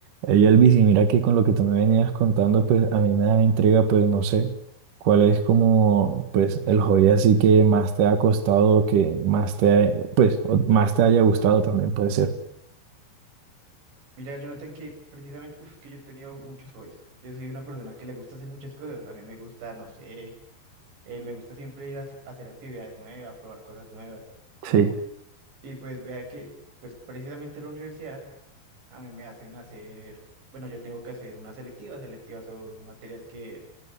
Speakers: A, on the right; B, on the right.
A: Ey, Elvis, y mira que con lo que tú me venías contando, pues a mí me da intriga, pues no sé cuál es como, pues el hobby así que más te ha costado, que más te, ha- pues o más te haya gustado también puede ser.
B: Mira, Jonathan, que precisamente, uf, que yo he tenido muchos hobbies. Yo soy una persona que le gusta hacer muchas cosas. A mí me gusta, no sé, eh, me gusta siempre ir a, hac- hacer actividades nuevas, probar cosas nuevas.
A: Sí.
B: Y pues vea que, pues precisamente la universidad a mí me hacen hacer, bueno, yo tengo que hacer unas selectivas. Selectivas son materias que...